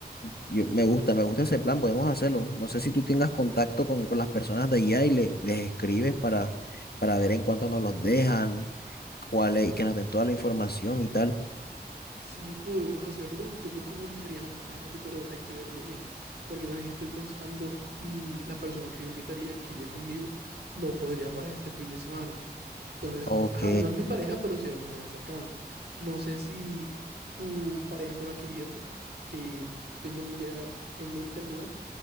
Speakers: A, on the left (about 70°); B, on the right (about 80°).
A: yo, me gusta, me gusta ese plan, podemos hacerlo. No sé si tú tengas contacto con, con las personas de allá y le- les escribes para, para ver en cuánto nos los dejan, cuál es, que nos den toda la información y tal.
B: Si podemos hacerlo, yo me comunicaría más tarde, pero hay que verlo bien, porque también estoy pensando y la persona que yo invitaría, que iría conmigo, no podría para este fin de semana. Entonces,
A: Ok.
B: ajá, no es mi pareja, pero sí era una amiga cercana. No sé si tu pareja con la que irías, que tengo una idea en mente algunas,